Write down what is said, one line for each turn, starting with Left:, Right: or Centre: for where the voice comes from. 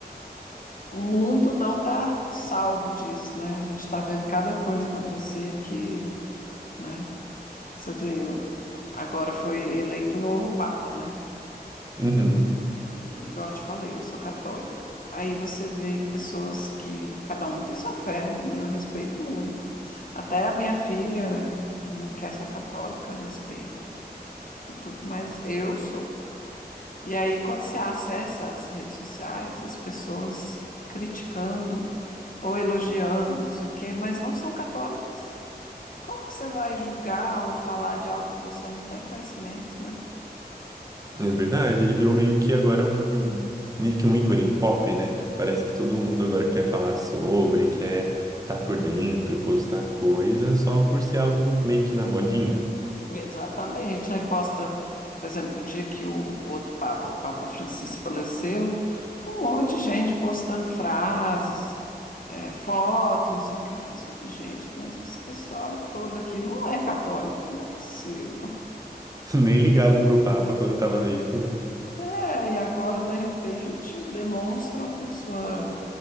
Left: O mundo não está salvo disso, né? A gente está vendo cada coisa acontecer que, né? Você vê, eu- agora foi eleito o novo Papa, né?
Right: Uhum.
Left: E igual eu te falei, eu sou católica. Aí você vê pessoas que cada um tem sua fé, e eu respeito muito. Até a minha filha não quer ser católica, respeito e tudo, mas eu sou. E aí, quando você acessa as redes sociais, as pessoas criticando ou elogiando, não sei o quê, mas não são católicas. Como que você vai julgar ou falar de algo que você não tem conhecimento, né?
Right: É verdade, ele virou meio que agora um meio que um ícone pop, né? Parece que todo mundo agora quer falar sobre, quer estar por dentro, postar coisa, só por ser algo meio que na modinha.
Left: Exatamente. Aí posta, por exemplo, o dia que o outro Papa, o Papa Francisco, faleceu, um monte de gente postando frases, eh, fotos, não sei o quê. Eu falei assim, gente, mas esse pessoal todo aqui não é católico, não é possível.
Right: <laughs> Nem ligavam pro Papa quando tava vivo, né?
Left: É, e agora, de repente, demonstram sua